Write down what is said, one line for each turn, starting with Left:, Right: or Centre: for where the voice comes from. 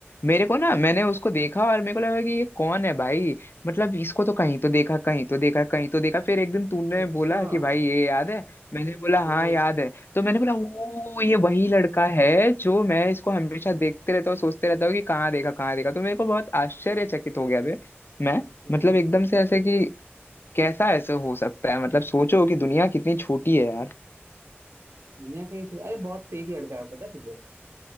Left: मेरे को ना मैंने उसको देखा और मेरे को लगा कि ये कौन है भाई मतलब इसको तो कहीं तो देखा कहीं तो देखा कहीं तो देखा फिर एक दिन तूने
Right: अच्छा
Left: बोला कि
Right: हाँ
Left: भाई ये याद है मैंने बोला
Right: हाँ
Left: हाँ याद है तो मैंने बोला ओ ये वही लड़का है जो मैं इसको हमेशा देखते रहता हूँ सोचते रहता हूँ कि कहाँ देखा कहाँ देखा तो मेरे को बहुत आश्चर्यचकित हो गया बे मैं
Right: हम्म,
Left: मतलब
Right: हम्म।
Left: एकदम से ऐसे कि कैसा ऐसे हो सकता है मतलब सोचो कि दुनिया कितनी छोटी है यार
Right: दुनिया कहीं चला अरे बहुत फेक लड़का है पता है तुझे